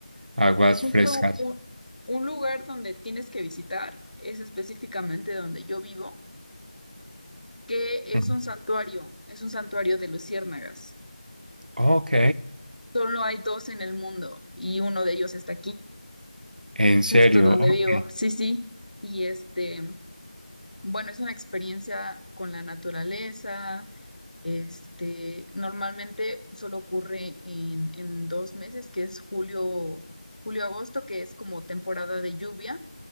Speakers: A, on the right; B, on the left.
A: Aguas
B: Y justo
A: frescas.
B: un, un lugar donde tienes que visitar es específicamente donde yo vivo, que
A: Ujú.
B: es un santuario, es un santuario de luciérnagas.
A: Ok.
B: Solo hay dos en el mundo y uno de ellos está aquí,
A: En
B: justo
A: serio.
B: donde
A: Ok.
B: vivo. Sí, sí. Y este, Bueno, es una experiencia con la naturaleza. Este, normalmente solo ocurre en, en dos meses, que es julio, julio-agosto, que es como temporada de lluvia.